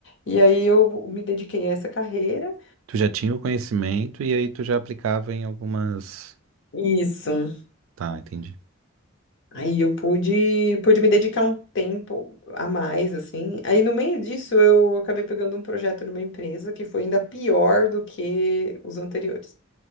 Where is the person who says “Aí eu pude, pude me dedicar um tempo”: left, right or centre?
Left